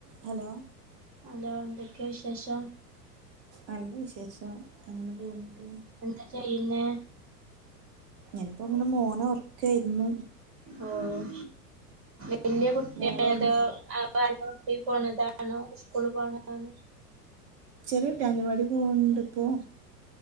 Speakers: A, on the right; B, on the right.
A: Hello
B: hello എന്തൊക്കെയാ വിശേഷം?
A: നല്ല വിശേഷം അങ്ങനെ പോണുണ്ട്
B: എന്ത ചെയ്യുന്നെ?
A: ഞാനിപ്പൊങ്ങനെ മോനെ ഉറക്കെയ്ര്ന്നു
B: ആഹ് വലിയ കുട്ടിയ
A: മോള് ഒർങ്ങിയോ
B: അതോ വാലവാടി പോണതാണോ സ്കൂള് പോണതാണോ
A: ചെറിയ കുട്ട്യ അംഗനവാടി പോവുന്നുണ്ട് ഇപ്പൊ